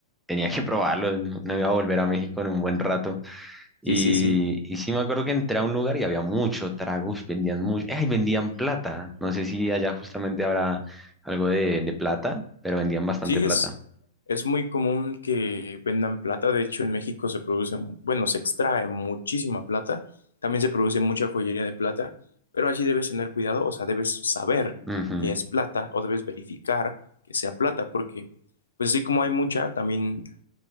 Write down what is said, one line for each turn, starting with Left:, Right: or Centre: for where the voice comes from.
Centre: tenía que probarlo. No, no iba a volver a México en un buen rato. Y,
Left: sí, sí, sí.
Centre: y sí me acuerdo que entré a un lugar y había mucho tragos, vendían mucho, ¡ay! vendían plata. No sé si allá justamente habrá algo de, de plata, pero vendían bastante
Left: Sí,
Centre: plata.
Left: es, es muy común que vendan plata. De hecho, en México se produce, bueno, se extrae muchísima plata. También se produce mucha joyería de plata, pero allí debes tener cuidado, o sea, debes saber
Centre: Ujú.
Left: que es plata o debes verificar que sea plata, porque pues así como hay mucha, también